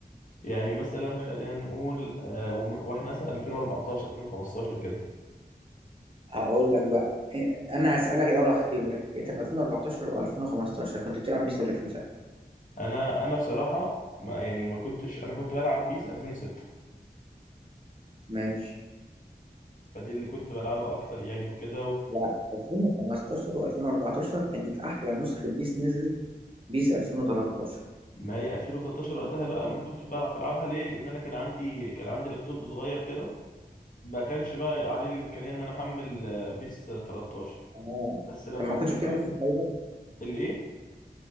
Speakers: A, on the left; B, on the right.
A: يعني مثلا خلينا نقول آه، وم- واحنا مثلا 2014 2015 كده
B: هقول لك بقى إيه، انا هسألك الاول اختبرك انت في 2014 و2015 كنت بتلعب بيس ولا فيفا
A: انا انا بصراحة ما يعني ما كنتش انا كنت بلعب بيس 2006
B: ماشي
A: فدي اللي كنت بلعبها اكتر يعني وكده
B: لا 2015 و2014 كانت احلى نسخه بيس نزلت بيس 2013
A: ما هي 2013 وقتها
B: أنت
A: بقى
B: فاكرها؟
A: انا ما كنتش بعرف العبها ليه لان انا كان عندي كان عندي لابتوب صغير كده ما كانش بقى عليه الامكانيه ان انا احمل آه، بيس 13
B: اه
A: بس لما
B: طب ما
A: كنت
B: كنتش بتلعب في سايبر
A: الايه